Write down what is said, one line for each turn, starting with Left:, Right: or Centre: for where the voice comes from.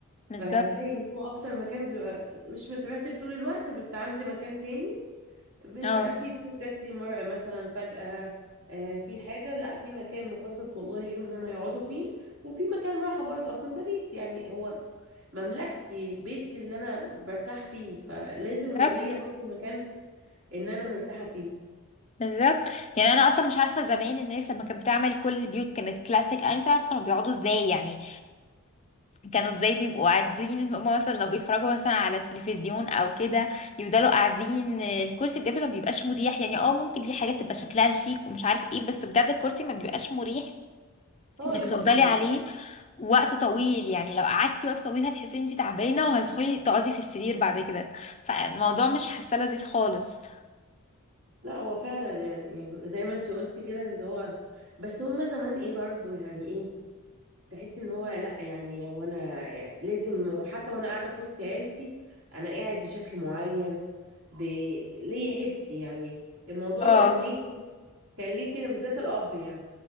Left: بالظبط
Right: فهتلاقي ان هو اكتر مكان بيبقى مش مترتب طول الوقت بس عندي مكان تاني بن-
Left: اه
Right: في ضيوف جات لي مرة مثلا فجأة آه، في حاجة لا في مكان مخصص والله اليوم هم يقعدوا فيه وفي مكان راحة برضه اصلا ده بيت يعني هو مملكتي بيتي اللي انا برتاح فيه فلازم يبقى
Left: بالظبط
Right: ليا برضه مكان ان انا مرتاحه فيه
Left: بالظبط. يعني انا اصلا مش عارفه زمان الناس لما كانت بتعمل كل البيوت كانت كلاسيك انا مش عارفه كانوا بيقعدوا ازاي يعني كانوا ازاي بيبقوا قاعدين ان هم مثلا لو بيتفرجوا مثلا على التلفزيون او كده يفضلوا قاعدين الكرسي بجد ما بيبقاش مريح يعني اه ممكن في حاجات تبقى شكلها شيك ومش عارف ايه بس بجد الكرسي ما بيبقاش مريح
Right: خالص
Left: انك تفضلي
Right: <laughs> يعني
Left: عليه وقت طويل يعني لو قعدتي وقت طويل هتحسي ان انت تعبانه وهتدخلي تقعدي في السرير بعد كده فالموضوع مش حاسه لذيذ خالص
Right: لا هو فعلا يعني زي ما انت قلتي كده اللي هو بس هما زمان ايه برضو يعني ايه تحس ان هو لا يعني هو انا يعني لازم حتى وانا قاعده في وسط عيلتي انا قاعد بشكل معين ب... ليا حبسي يعني الموضوع
Left: اه
Right: كان ليه كان ليه كده بالذات الاب يعني